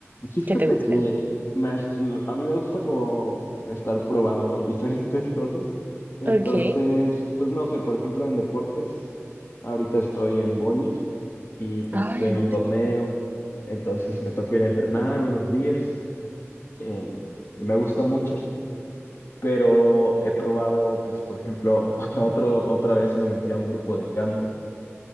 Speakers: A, on the left; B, on the right.
A: Sí, fíjate
B: que te gusten?
A: que me as- mm, a mí me gusta como estar probando <laughs> diferentes cosas. Entonces,
B: Ok.
A: pues no sé, por ejemplo, en deportes, ahorita estoy en bolis y pues
B: Ay,
A: estoy en un torneo.
B: súper.
A: Entonces me toca ir a entrenar unos días eh, y me gusta mucho, pero he probado, pues por ejemplo, <laughs> otro, otra vez me metí a un grupo de canto